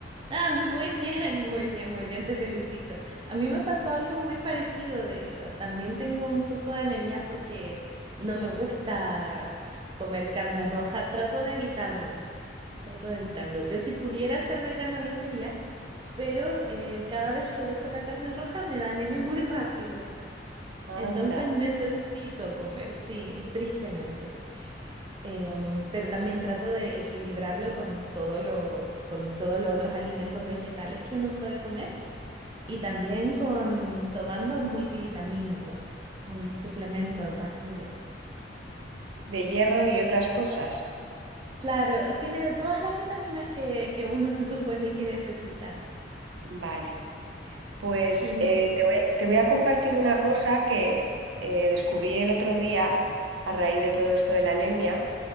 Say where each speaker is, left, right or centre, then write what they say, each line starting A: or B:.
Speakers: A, on the right (about 25°); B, on the right (about 80°).
A: Ah, muy bien, muy bien, muy bien, te felicito. A mí me pasó algo muy parecido, de hecho. También tengo un poco de anemia porque no me gusta comer carne roja. Trato de evitarlo, trato de evitarlo. Yo si pudiera ser vegana lo sería, pero eh, cada vez que dejo la carne roja me da anemia muy rápido.
B: Anda,
A: Entonces necesito comer, sí, tristemente. Em, pero también trato de equilibrarlo con todo lo, con todos los otros alimentos vegetales que uno puede comer y también con tomando un multivitamínico, un suplemento en pastilla.
B: de hierro y otras cosas.
A: Claro, tiene de todas las vitaminas que, que uno se supone que necesita.
B: Vale, pues
A: Sí,
B: eh, te voy, te voy a compartir una cosa que eh, descubrí el otro día a raíz de todo esto de la anemia,